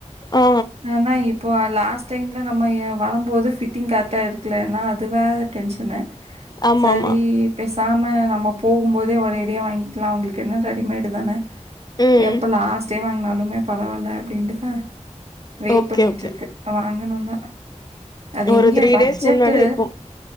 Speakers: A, on the left; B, on the right.
A: ஆ
B: ஆனா இப்போ லா ஸ்ட்டைங்ல நம்ம வரும்போது ஃபிட்டிங் கரெக்டா இருக்கலனா அது வேற டென்ஷனு
A: ஆமா
B: சரி
A: ஆமா
B: பேஸ் சாம நம்ம போகும்போதே ஒரேடியா வாங்கிக்கலா அவங்களுக்கென்ன ரெடிமேடு தானே
A: ம்
B: எப்ப லாஸ்டே வாங்னாலு துமே பரவால அப்டின்ட்டுதா வெயிட்
A: ஓகே
B: பண்ணிடு
A: ஓகே
B: ருக்கு வாகணு <unintelligible> அது
A: ஒரு
B: எங்க
A: த்ரீ
B: பட்ஜெட்டு
A: டேஸ் முன்னாடி இருப்போ